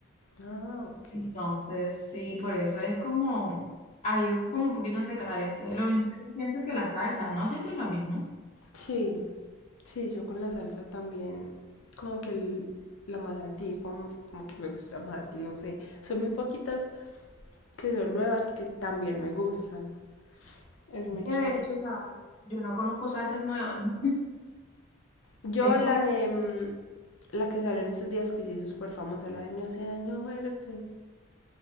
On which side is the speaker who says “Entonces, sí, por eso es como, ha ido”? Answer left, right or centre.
Left